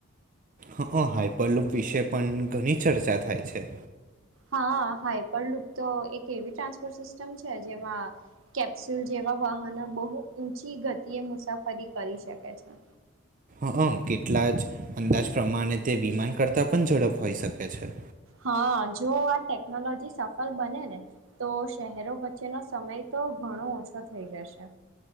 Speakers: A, on the right (about 40°); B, on the right (about 80°).
A: હા હાઈપરલુપ વિશે પણ ઘણી ચર્ચા થાય છે
B: હા હાઈપર લુક તો એક એવી ટ્રાન્સપોર્ટ સિસ્ટમ છે જેમાં કેપ્સ્યુલ જેવા વાહનો બહુ ઊંચી ગતિએ મુસાફરી કરી શકે છે
A: હઅ કેટલા જ અંદાજ પ્રમાણે તે વિમાન કરતાં પણ ઝડપ હોઈ શકે છે
B: હા જો આ ટેકનોલોજી સફળ બને ને તો શહેરો વચ્ચેનો સમય તો ઘણો ઓછો થઈ જશે